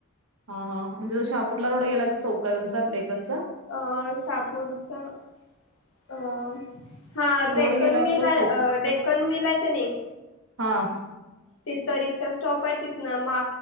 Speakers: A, on the right; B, on the left.
A: हा हां म्हणजे जो शहापूरला रोड गेलाय तो चौक काय तुमचा डेक्कन चा.
B: अ शहापूरचा. अ हा
A: रोड
B: डेकन
A: गेलाय
B: मिल
A: तो
B: आहे
A: चौक
B: डेकन मिल आहे का नाही.
A: हा.
B: तिथं रिक्षा स्टॉप आहे तिथ ना मा